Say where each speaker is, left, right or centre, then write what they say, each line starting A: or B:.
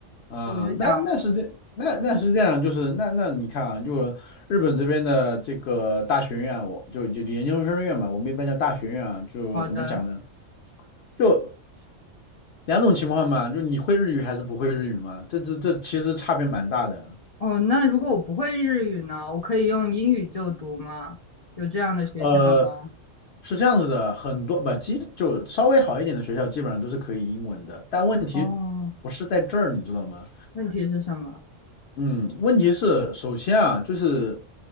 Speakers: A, on the left; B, on the left.
A: 嗯，
B: 所以我就想，
A: 那那是这那那是这样，就是那那你看啊，就日本这边的这个大学院啊我就就就研究生院嘛，我们一般叫大学院啊，就怎么讲呢？
B: 好的，
A: 就两种情况嘛，就你会日语还是不会日语嘛，这这这其实差别蛮大的。
B: 哦，那如果我不会日语呢，我可以用英语就读吗？有这样的学校吗？
A: 呃，是这样子的，很多不，基就稍微好一点的学校基本上都是可以英文的，但问题不是在这儿，
B: 哦。
A: 你知道吗？
B: 问题是什么？
A: 嗯，问题是首先啊，就是